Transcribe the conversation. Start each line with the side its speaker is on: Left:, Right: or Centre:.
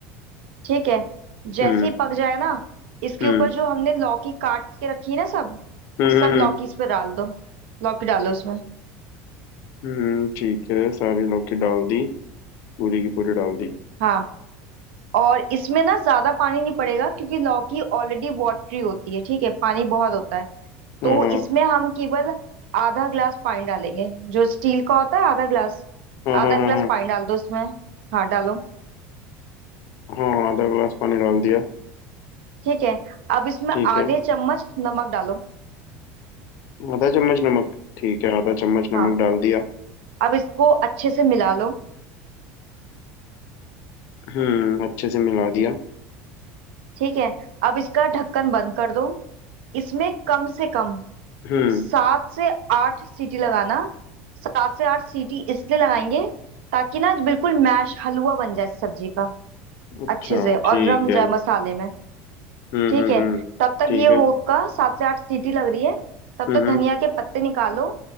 Right: ठीक है जैसे
Left: हम्म
Right: ही पक जाए ना इसके
Left: हम्म
Right: ऊपर जो हमने लौकी काट के रखी है ना सब
Left: हम्म
Right: सब
Left: हम्म
Right: लौकी इस पे डाल दो लौकी डालो इसमें
Left: हम्म, ठीक है सारी लौकी डाल दी पूरी की पूरी डाल दी
Right: हाँ और इसमें ना ज्यादा पानी नहीं पड़ेगा क्योंकि लौकी ऑलरेडी वाटरी होती है ठीक है पानी बहुत होता है तो
Left: हाँ हाँ
Right: इसमें हम केवल आधा ग्लास पानी डालेंगे जो स्टील का होता है आधा ग्लास
Left: हाँ हाँ
Right: आधा
Left: हाँ
Right: ग्लास पानी डाल दो इसमें हाँ डालो
Left: हाँ हाँ, आधा गिलास पानी डाल दिया
Right: ठीक है अब इसमें
Left: ठीक
Right: आधे
Left: है
Right: चम्मच नमक डालो
Left: आधा चम्मच नमक ठीक है आधा चम्मच
Right: हाँ
Left: नमक डाल दिया
Right: अब इसको अच्छे से मिला लो
Left: हम्म अच्छे से मिला दिया
Right: ठीक है अब इसका ढक्कन बंद कर दो इसमें कम से कम
Left: हम्म
Right: सात से आठ सीटी लगाना सात से आठ सीटी इसलिए लगाएंगे ताकि ना बिल्कुल मैश हलवा बन जाए सब्जी का
Left: अच्छा
Right: अच्छे से और
Left: ठीक
Right: रम
Left: है
Right: जाए मसाले में
Left: हम्म
Right: ठीक
Left: हम्म
Right: है
Left: हम्म
Right: तब तक
Left: ठीक
Right: ये
Left: है
Right: होगा सात से आठ सीटी लग रही है तब
Left: हम्म
Right: तक धनिया
Left: हम्म
Right: के पत्ते निकालो